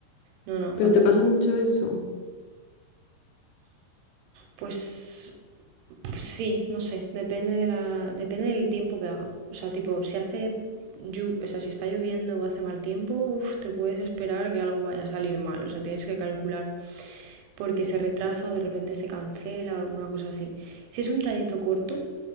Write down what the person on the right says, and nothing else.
No, no, fatal.
Pues, pues sí, no sé, depende de la, depende del tiempo que haga. O sea, tipo, si hace, llu- o sea, si está lloviendo o hace mal tiempo, uf, te puedes esperar que algo vaya a salir mal, o sea, tienes que calcular, porque se retrasa o de repente se cancela o alguna cosa así. Si es un trayecto corto,